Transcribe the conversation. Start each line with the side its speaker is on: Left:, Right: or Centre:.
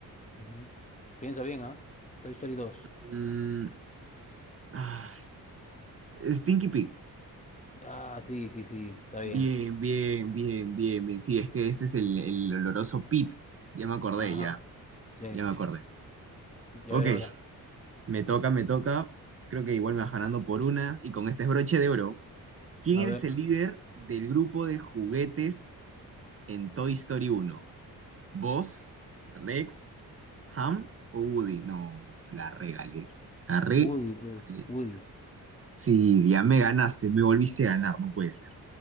Left: Ujú. Piensa bien, ¿ah? Toy Story dos.
Right: Mm, ah, Stinky Pig.
Left: Ah, sí, sí, sí, está
Right: Bien,
Left: bien.
Right: bien, bien, bien, bien. Sí, es que ese es el, el oloroso Pit. Ya me acordé,
Left: Ajá,
Right: ya.
Left: sí.
Right: Ya me acordé.
Left: Y
Right: Ok,
Left: a ver ahora.
Right: me toca, me toca. Creo que igual me vas ganando por una. Y con este es broche de oro. ¿Quién
Left: A
Right: eres
Left: ver.
Right: el líder del grupo de juguetes en Toy Story uno? ¿Vos, Rex, ¿Ham o Woody? No, la regalé. La regalé.
Left: Woody, pues. Woody.
Right: Sí, ya me ganaste, me volviste
Left: Ya.
Right: a ganar, no puede ser.